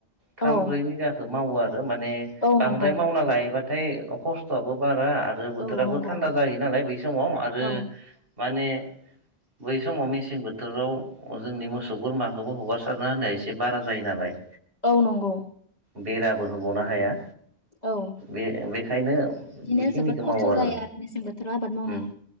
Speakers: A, on the right; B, on the left.
A: थाम
B: औ
A: ब्रै बिगाखौ मावो आरो माने
B: औ
A: बांद्राय
B: नंगौ
A: मावना लायोबा थाय अ खस्थ'आबो बार रा आरो बोथोराबो
B: औ नंगौ
A: थान्दा जायो नालाय बै समाव आरो
B: औ
A: माने बै समाव मेसें बोथोराव जोंनि मोसौ बोरमाखौबो हगारसारना होनाया एसे बारा जायो नालाय।
B: औ नंगौ।
A: बेराबो होग'नो हाया।
B: औ
A: बे बे ओंखायनो
B: बिदिनो
A: बेखिनिखौ
B: जोबोद खस्थ'
A: मावो आरो
B: जायो मेसें बोथोराव आबाद मावनाया
A: उम